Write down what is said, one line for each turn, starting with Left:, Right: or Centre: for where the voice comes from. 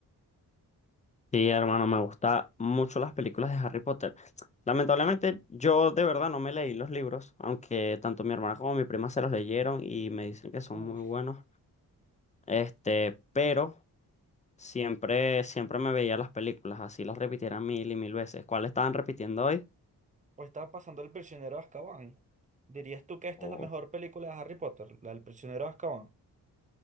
Left: Sí, hermano, me gustan mucho las películas de Harry Potter. Lamentablemente, yo de verdad no me leí los libros, aunque tanto mi hermana como mi prima se los leyeron y me dicen que son
Right: Uf,
Left: muy buenos. Este, pero siempre, siempre me veía las películas, así las repitieran mil y mil veces. ¿Cuál estaban repitiendo hoy?
Right: O estaba pasando El prisionero de Azkaban. ¿Dirías tú que esta
Left: Oh,
Right: es la mejor película de Harry Potter, la del prisionero de Azkaban?